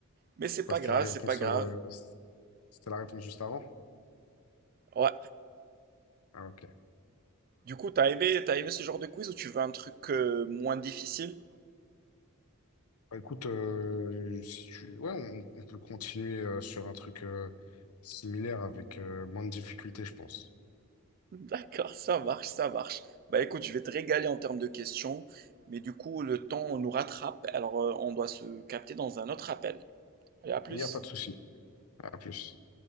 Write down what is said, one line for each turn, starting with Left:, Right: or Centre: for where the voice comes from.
Right: Mais c'est
Left: quoi,
Right: pas
Left: c'était
Right: grave,
Left: la réponse,
Right: c'est pas grave.
Left: euh, c'était la réponse juste avant?
Right: Ouais.
Left: Ah, ok.
Right: Du coup, t'as aimé, t'as aimé ce genre de quiz ou tu veux un truc euh, moins difficile?
Left: Bah, écoute, euh, si tu... ouais, on, on peut continuer euh, sur un truc euh, similaire avec euh, moins de difficultés, je pense.
Right: <laughs> D'accord, ça marche, ça marche. Bah écoute, je vais te régaler en termes de questions, mais du coup, le temps nous rattrape, alors euh, on doit se capter dans un autre appel. Allez, à plus.
Left: Il n'y a pas de souci. À plus.